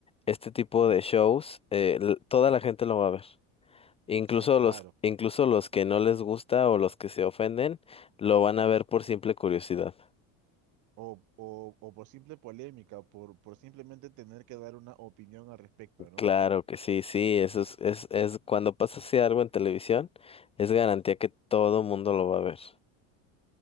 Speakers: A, on the left; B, on the right.
A: este tipo de shows, eh, l- toda la gente lo va a ver. Incluso
B: Sí, claro.
A: los, incluso los que no les gusta o los que se ofenden, lo van a ver por simple curiosidad.
B: O, o, o por simple polémica, por, por simplemente tener que dar una opinión al respecto, ¿no?
A: Claro que sí, sí, eso es, es, es cuando pasa así algo en televisión, es garantía que todo mundo lo va a ver.